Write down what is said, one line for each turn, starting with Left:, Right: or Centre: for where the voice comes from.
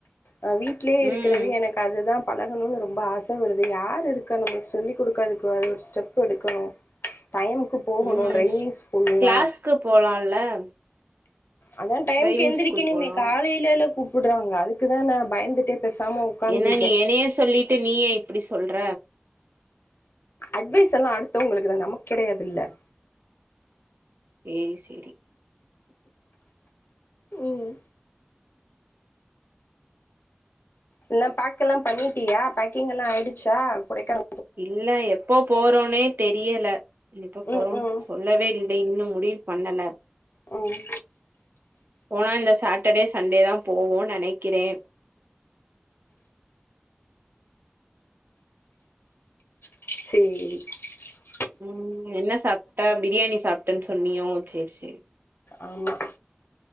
Left: அ வீட்லயே இருக்குறது
Right: ம்
Left: எனக்கு அதுதா பழகணுனு ரொம்ப ஆச வருது யாரிருக்கா நமக்கு சொல்லி குடுக்குரதுக்கு ஒரு ஸ்டெப் எடுக்கணு டைமுக்கு போகணு
Right: ம்
Left: ட்ரைவிங் ஸ்கூல்னா
Right: கிளாஸ்க்கு போலால்ல
Left: அதா டைம்க்கு
Right: டிரைவிங்
Left: எந்த்ரிக்கனுமே
Right: ஸ்கூல் போலா
Left: காலைலல்ல கூப்டுறாங்க அதுக்குதா நா பயந்துட்டே பேசாம உக்காந்துருக்கே
Right: என்ன நீ என்னேயே சொல்லிட்டு நீயே இப்டி சொல்ற
Left: அட்வைஸ் எல்லா அடுத்தவங்களுக்குதா நமக் கெடையாதுல்ல
Right: ஏய் செரி
Left: உம் என்னா பேக் எல்லா பண்ணிட்டியா பேக்கிங் எல்லா ஆய்டுச்சா கொடைக்கான
Right: இல்ல எப்போ போறோனே தெரியல எப்ப போறோ
Left: ம் ம்
Right: சொல்லவே இல்ல இன்னு முடிவு பண்ணல
Left: ம்
Right: போனா இந்த சாட்டர்டே சண்டே தா போவோன் நெனைக்கிறே
Left: செரி
Right: உம் என்ன சாப்ட்டா பிரியாணி சாப்ட்டன் சொன்னியோ செரி செரி
Left: ஆமா